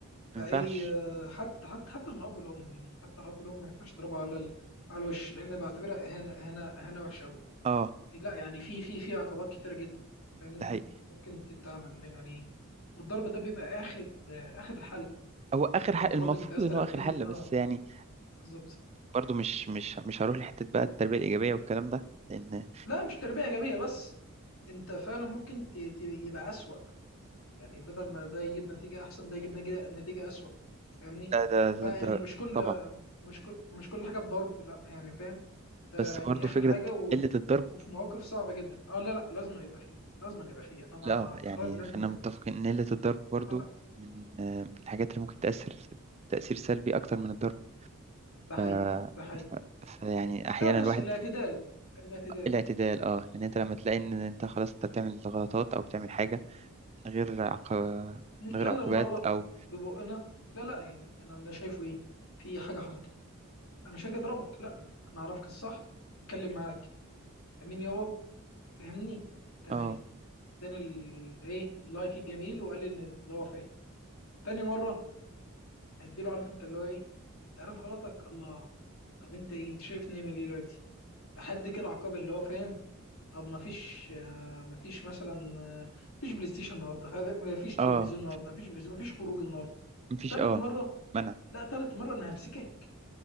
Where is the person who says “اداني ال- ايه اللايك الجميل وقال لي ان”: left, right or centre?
Left